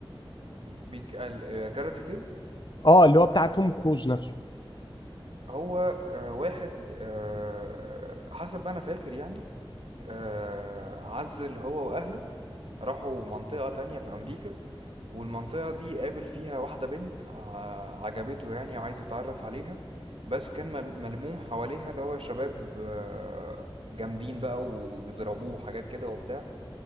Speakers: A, on the right; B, on the left.
A: بيك... ال- كاراتي كيد
B: اه اللي هو بتاع توم كروز نفسه
A: هو آه، واحد آه، حسب ما انا فاكر يعني آه، عزل هو واهله راحوا منطقة تانية في امريكا والمنطقة دي قابل فيها واحدة بنت ع- عجبته يعني وعايز يتعرف عليها بس كان مل- ملموم حواليها اللي هو شباب آه، جامدين بقى وبيضربوه وحاجات كده وبتاع